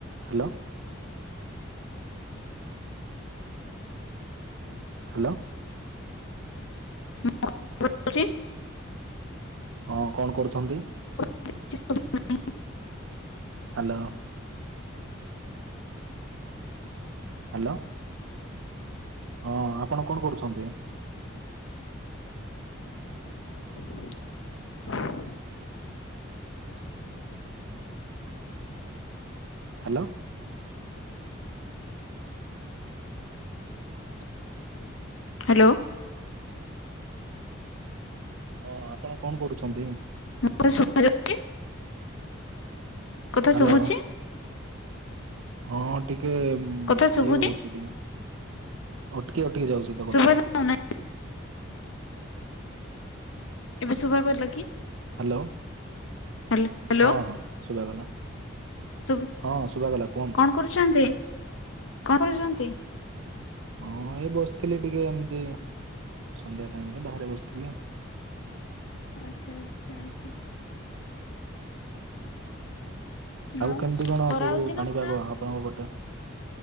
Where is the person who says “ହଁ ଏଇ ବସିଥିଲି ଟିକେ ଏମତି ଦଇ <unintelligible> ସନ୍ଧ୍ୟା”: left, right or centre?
Right